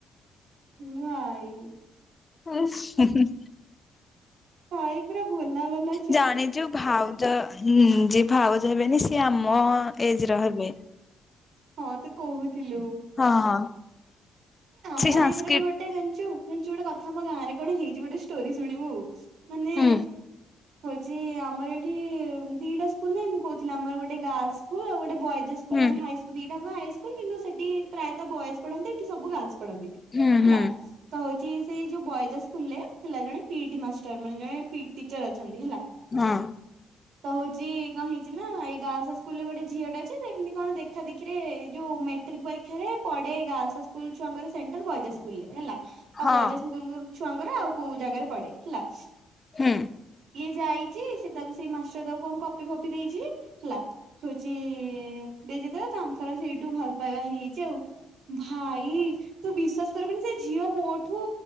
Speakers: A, on the right; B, on the left.
A: ଭାଇ
B: ହେସ ହୁଁ ହୁଁ
A: ଭାଇ ପୁରା ଭୋଲା ବାଲା
B: ଜାଣିଛୁ ଭାଉଜ ହଁ ଯିଏ ଭାଉଜ ହେବେନି ସିଏ ଆମ ଏଜର ହେବେ।
A: ହଁ ତୁ କହୁଥିଲୁ।
B: ହଁ ହଁ
A: ଆମ
B: ସେ ସାଂସ୍କ୍ରିଟ
A: ଏଜରେ ବି ଗୋଟେ ଜାଣିଛୁ ଜାଣିଛୁ ଗୋଟେ କଥା ଆମ ଗାଁରେ କଣ ହେଇଛି ଗୋଟେ ଷ୍ଟୋରି ଶୁଣିବୁ ମାନେ
B: ହୁଁ
A: ହଉଛି ଆମର ଏଠି ଦିଟା ସ୍କୁଲ ନାଇଁ ମୁଁ କହୁଥିଲି ଆମର ଗୋଟେ ଗାର୍ଲ ସ୍କୁଲ ଆଉ ଗୋଟେ ବଏଜ୍ ହାଇ ସ୍କୁ ସ୍କୁଲ
B: ହୁଁ
A: ମାନେ ହାଇ ଦିଟା ହାଇସ୍କୁଲ କିନ୍ତୁ ସେଠି ପ୍ରାୟତଃ ବଏଜ ପଢନ୍ତି ଏଠି ସବୁ ଗାର୍ଲ୍ସ ପଢନ୍ତି। ହେଲା
B: ହୁଁ ହୁଁ
A: ତ ହଉଛି ସେଇ ଯୋଉ ବଏଜ ହାଇ ସ୍କୁଲରେ ଥିଲା ଜଣେ ପିଇଟ ମାଷ୍ଟର୍ ମାନେ ଜଣେ ପିଇଟ ଟିଚର ଅଛନ୍ତି ହେଲା।
B: ହଁ।
A: ତ ହଉଛି କଣ ହେଇଛି ନା ଏଇ ଗାର୍ଲ୍ସ ସ୍କୁଲ ରେ ଗୋଟେ ଝିଅଟେ ଅଛି ସେ ଏମିତି କଣ ଦେଖା ଦେଖିରେ ଯୋଉ ମେ ଟ୍ରିକ ପରୀକ୍ଷାରେ ପଡ଼େ ଗାର୍ଲ୍ସ ହାଇ ସ୍କୁଲ ଛୁଆଙ୍କର ସେଣ୍ଟର ବଏଜ ହାଇ ସ୍କୁଲରେ ହେଲା ଆଉ
B: ହଁ
A: ବଏଜ ହାଇ ସ୍କୁଲ କୁଲ ଛୁଆଙ୍କରେ ଆଉ କୋଉ ଜାଗାରେ ପଡେ ହେଲା।
B: ହୁଁ।
A: ଇଏ ଯାଇଚି ସେ ତାକୁ ସେଇ ମାଷ୍ଟର ତାକୁ କଣ କପି ଫପି ଦେଇଛି ହେଲା। ହଉଚି ଦେଇଚି ଯେତେବେଳେ ତାଙ୍କର ସେଇଠୁ ଭଲପାଇବା ହେଇଯାଇଛି ଆଉ। ଭାଇ ତୁ ବିଶ୍ଵାସ କରିବୁନି ସେ ଝିଅ ମୋଠୁ